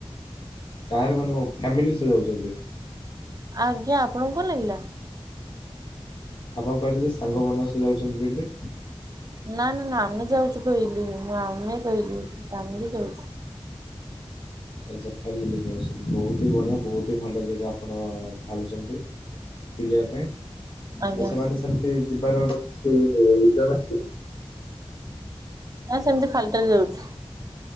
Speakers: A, on the left; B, on the right.
A: କାରେ ମାନେ ଫ୍ୟାମିଲି ସହ ଯାଉଛନ୍ତି?
B: ଆଜ୍ଞା ଆପଣଙ୍କୁ କଣ ଲାଗିଲା?
A: ଆପଣ କହିଲେ ଯେ ସାଙ୍ଗମାନ ଙ୍କ ସହ ଯାଉଛନ୍ତି ବୋଲି।
B: ନା ନା ନା ଆମେ ଯାଉଛୁ କହିଲୁ ମୁଁ ଆମେ କହିଲି ଫ୍ୟାମିଲି ଯାଉଛୁ।
A: ଆଚ୍ଛା ଫାମିଲ ଯାଉଛନ୍ତି ବହୁତ ହି ବଢିଆ ବହୁତ ହି ଭଲ ଜାଗା ଆପଣ ଭାବିଛନ୍ତି। ପିଲିବା ପାଇଁ
B: ଆଜ୍ଞା
A: ଆ ସେମାନେ ସେମତି ଯିବାର <unintelligible>
B: ହଁ ସେମିତି ଖାଲିଟା ରେ ଯାଉଛୁ।